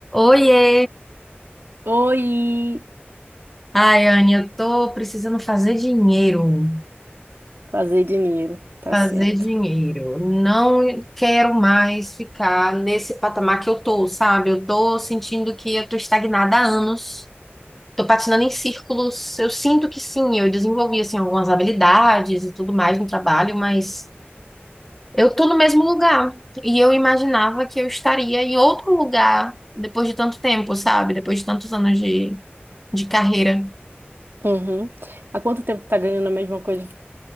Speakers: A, in the centre; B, on the right (about 65°).
A: Oiê!
B: Oi,
A: Ai, Anne, eu tô precisando fazer dinheiro.
B: fazer dinheiro, tá
A: Fazer
B: certo.
A: dinheiro. Não quero mais ficar nesse patamar que eu tô, sabe? Eu tô sentindo que eu tô estagnada há anos. Tô patinando em círculos. Eu sinto que sim, eu desenvolvi assim algumas habilidades e tudo mais no trabalho, mas eu tô no mesmo lugar. E eu imaginava que eu estaria em outro lugar depois de tanto tempo, sabe? Depois de tantos anos de, de carreira.
B: Uhum. Há quanto tempo tá ganhando a mesma coisa?